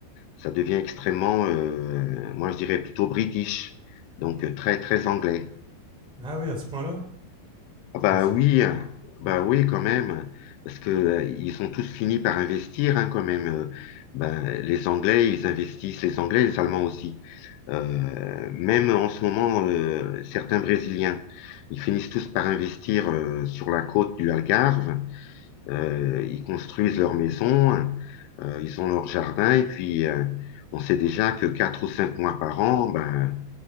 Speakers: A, on the left; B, in the centre.
A: ça devient extrêmement, euh, moi je dirais plutôt british, donc euh, très, très anglais.
B: Ah oui, à ce point-là,
A: Ah Bah
B: c'est c'est-
A: oui, hein.
B: ouais.
A: bah oui quand
B: Ah
A: même, parce que
B: oui.
A: euh, ils ont tous fini par investir hein, quand même. Euh, ben, les Anglais, ils investissent, les Anglais, les Allemands aussi. Euh, même en ce moment, euh, certains Brésiliens, ils finissent tous par investir euh, sur la côte du Algarve. Euh, ils construisent leurs maisons, hein, euh, ils ont leur jardin, et puis euh, on sait déjà que quatre ou cinq mois par an, ben,